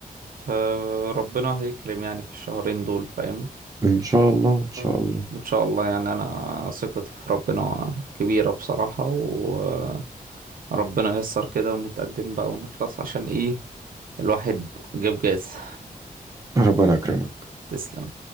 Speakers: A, on the right; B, on the right.
A: فربنا هيكرم يعني في الشهرين دول فاهم
B: ان شاء الله ان شاء
A: آه،
B: الله
A: ان شاء الله يعني انا ثقتي في ربنا كبيرة بصراحة وربنا ييسر كده ونتقدم بقى ونخلص عشان ايه الواحد جاب جاز
B: ربنا يكرمك
A: تسلم